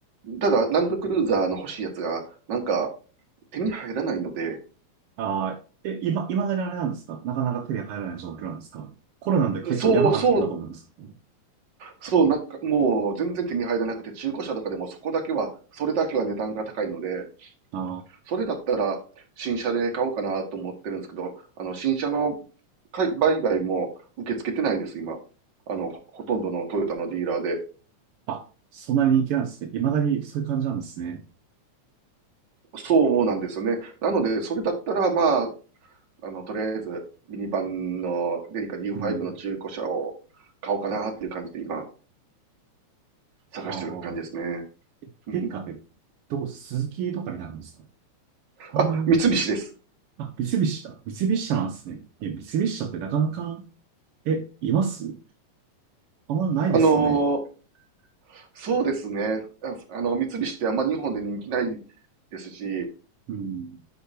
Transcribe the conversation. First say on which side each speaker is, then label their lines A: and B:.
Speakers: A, on the right; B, on the right.
A: ただ、ランドクルーザーの欲しいやつが、なんか、手に入らないので、
B: ああ、え、今、今だにあれなんですかなかなか手に入らない状況なんですかコロナで結構やばかったと思うんですけど。
A: そう、そう、そう、なんかもう全然手に入らなくて、中古車とかでもそこだけは、それだけは値段が高いので、
B: あ
A: それだったら新車で買おうかなと思ってるんですけど、あの、新車の買い売買も受け付けてないんです、今。あの、ほとんどのトヨタのディーラーで。
B: あ、あ、そんなに人気なんですね。未だにそういう感じなんですね。
A: そうなんですよね。なので、それだったら、まあ、あの、とりあえず、ミニバンのデリカ D5
B: うん。
A: の中古車を買おうかなっていう感じで今、探してる感じですね。
B: ああ、
A: うん。
B: デリカって、どう、スズキとかになるんですかあんまり、
A: あ、三菱です。
B: あ、三菱だ。三菱車なんですね。いや、三菱車ってなかなか、え、いますあんまないですよね。
A: あのーそうですね。ああの、三菱ってあんま日本で人気ないですし、
B: うん。